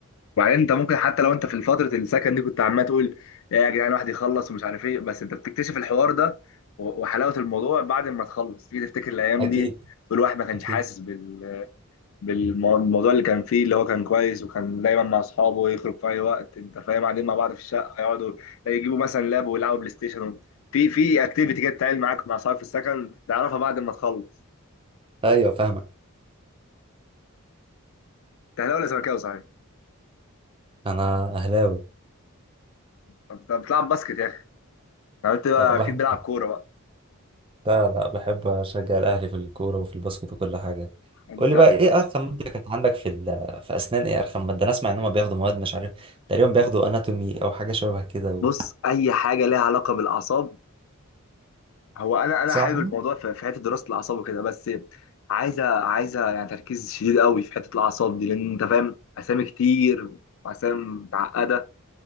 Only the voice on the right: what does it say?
اكيد
اكيد
ايوه فاهمك
انا اهلاوي
أه، بحب
لا لا بحب أشجع الأهلي في الكورة وفي الباسكت وكل حاجة
قول لي بقى إيه أرخم مادة كانت عندك في ال... في أسنان إيه أرخم مادة أنا أسمع إن هما بياخدوا مواد مش عارف تقريبا بياخدوا أناتومي أو حاجة شبه كده و...
صح